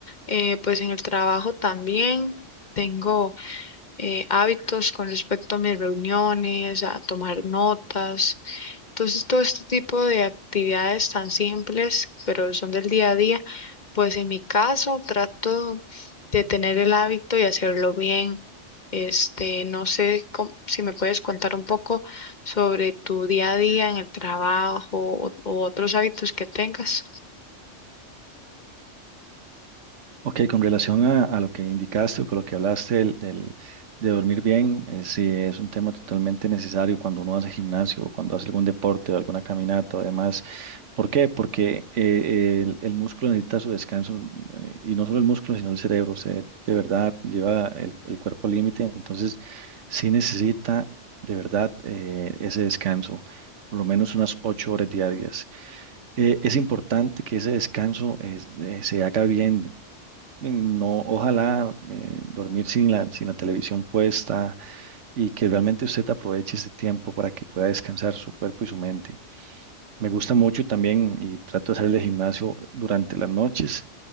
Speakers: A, on the left; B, on the right.
A: eh, pues en el trabajo también. Tengo eh, hábitos con respecto a mis reuniones, a tomar notas. Entonces, todo este tipo de actividades tan simples, pero son del día a día, pues en mi caso trato de tener el hábito y hacerlo bien. Este, no sé cómo- si me puedes contar un poco sobre tu día a día en el trabajo o o otros hábitos que tengas.
B: Ok, con relación a, a lo que indicaste o con lo que hablaste del, del- de dormir bien, eh, sí, es un tema totalmente necesario cuando uno hace gimnasio o cuando hace algún deporte o alguna caminata o demás. ¿Por qué? Porque eh, el, el músculo necesita su descanso eh, y no solo el músculo, sino el cerebro. se- de verdad lleva el, el cuerpo al límite, entonces sí necesita de verdad eh, ese descanso, por lo menos unas ocho horas diarias eh, es importante que ese descanso eh, eh, se haga bien, Mm, No, ojalá eh, dormir sin la, sin la televisión puesta y que realmente usted aproveche ese tiempo para que pueda descansar su cuerpo y su mente. Me gusta mucho también y trato de hacer el gimnasio durante las noches